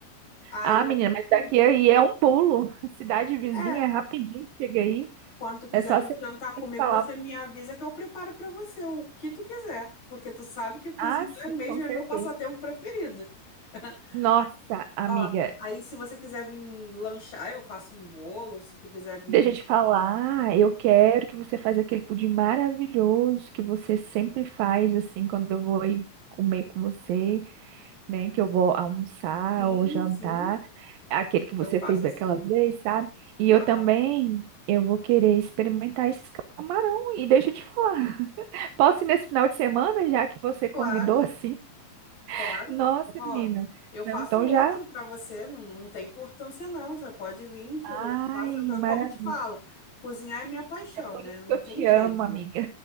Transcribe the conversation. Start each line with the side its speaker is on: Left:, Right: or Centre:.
Left: aí
Right: Ah, menina,
Left: a gente,
Right: mas daqui aí é um pulo. <laughs> Cidade vizinha,
Left: é,
Right: é rapidinho chega aí.
Left: quando tu quiser
Right: É só
Left: vir
Right: você
Left: jantar comigo,
Right: falar.
Left: você me avisa que eu preparo pra você o que tu quiser, porque tu sabe que cozinhar
Right: Ah, sim,
Left: mesmo
Right: com
Left: é
Right: certeza.
Left: meu passatempo preferido. <laughs>
Right: Nossa, amiga,
Left: Ó, aí se você quiser vir lanchar, eu faço um bolo, se tu quiser vir,
Right: deixa eu te falar. Eu quero que você faça aquele pudim maravilhoso que você sempre faz, assim, quando eu vou ir comer com você, né? Que eu vou almoçar
Left: sim,
Right: ou jantar.
Left: sim,
Right: aquele que você
Left: eu faço
Right: fez daquela
Left: assim.
Right: vez, sabe? E eu
Left: Ah,
Right: também, eu vou querer experimentar esse camarão. E deixa eu te falar, <laughs> posso ir nesse final de semana, já que você
Left: claro,
Right: convidou, assim?
Left: claro.
Right: Nossa,
Left: Ó,
Right: menina.
Left: eu faço
Right: Não, Então
Left: outro
Right: já.
Left: para você, não, não tem importância não. Você pode vir que eu
Right: Ai,
Left: faço. eu-
Right: maravilha.
Left: Como eu te falo, cozinhar é minha paixão,
Right: É por
Left: né?
Right: isso
Left: Não
Right: que eu
Left: tem
Right: te
Left: jeito.
Right: amo, amiga.